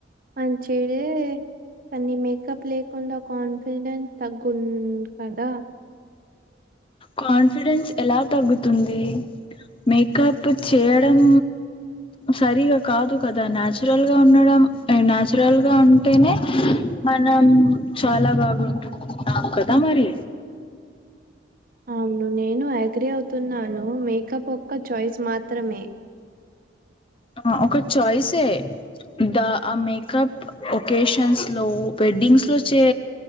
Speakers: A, on the right; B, on the left.
A: మంచిదే కానీ మేకప్ లేకుండా కాన్ఫిడెన్స్ తగ్గుంది కదా
B: కాన్ఫిడెన్స్ ఎలా తగ్గుతుంది. మేకప్ చేయడం సరిగా కాదు కదా, నాచురల్ గా ఉండడం ఎ నాచురల్ గా ఉంటేనే మనం చాలా బాగుంటుంది న్నా కదా మరి
A: అవును నేను అగ్రి అవుతున్నాను మేకప్ ఒక్క చాయిస్ మాత్రమే <inaudible>
B: అ ఒక చాయిసే ద ఆ మేకప్ ఒకేషన్స్ లో వెడ్డింగ్స్ లో చే